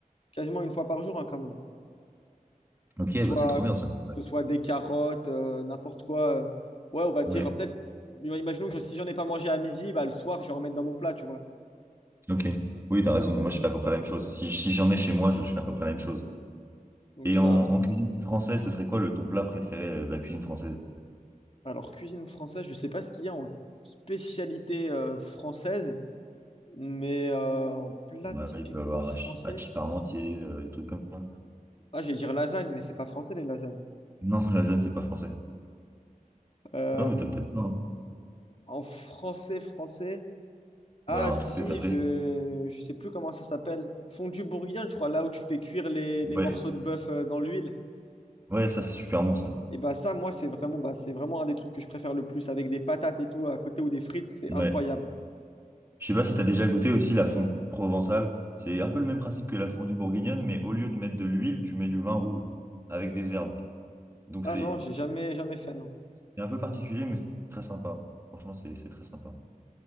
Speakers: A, on the left (about 45°); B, on the right (about 15°).
A: quasiment une fois par jour hein, quand même.
B: Ok,
A: Que ce soit,
B: bah c'est trop bien
A: que
B: ça. Ouais.
A: ce soit des carottes, euh, n'importe quoi. euh. Ouais, on va dire
B: Ouais.
A: euh, peut-être, imaginons que je- si j'en ai pas mangé à midi, bah, le soir je vais en mettre dans mon plat, tu vois.
B: Ok. Oui, t'as raison. Moi, je fais à peu près la même chose. Si, si j'en ai chez moi, je, je fais à peu près la même chose.
A: Donc,
B: Et en,
A: euh,
B: en cuisine française, ce serait quoi le ton plat préféré euh, de la cuisine française?
A: alors cuisine française, je sais pas ce qu'il y a en spécialité euh, française. Mais euh, en plat
B: Ouais,
A: typiquement
B: il peut y avoir
A: français,
B: hachis, hachis parmentier, euh, des trucs comme ça.
A: ah, j'allais dire lasagne, mais c'est pas français les lasagnes.
B: Non, <laughs> la zone, c'est pas français.
A: Euh,
B: Non, mais t'as peut-être pas. hein.
A: en français, français, ah
B: Ou alors
A: si,
B: un truc que t'apprécies.
A: je je sais plus comment ça s'appelle. Fondue bourguignonne, je crois, là où tu fais cuire les, les
B: Ouais,
A: morceaux de bœuf euh, dans l'huile.
B: ouais, ça, c'est super bon, ça.
A: Et bah ça, moi, c'est vraiment, bah, c'est vraiment un des trucs que je préfère le plus, avec des patates et tout à côté ou des frites, c'est
B: Ouais.
A: incroyable.
B: Je sais pas si t'as déjà goûté aussi la fondue provençale. C'est un peu le même principe que la fondue bourguignonne, mais au lieu de mettre de l'huile, tu mets du vin rouge avec des herbes. Donc,
A: Ah
B: c'est
A: non, j'ai jamais, jamais fait, non.
B: c'est un peu particulier, mais c'est très sympa. Franchement, c'est c'est très sympa.